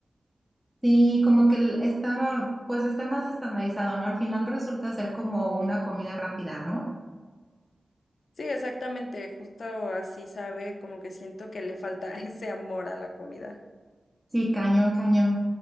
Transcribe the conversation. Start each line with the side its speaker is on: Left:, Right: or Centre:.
Centre: Sí, como que el- está, pues está más estandarizado, ¿no? Al final resulta ser como una comida rápida, ¿no?
Left: Sí, exactamente. Justo así sabe, como que siento que le falta <laughs> ese amor a la comida.
Centre: Sí, cañón, cañón.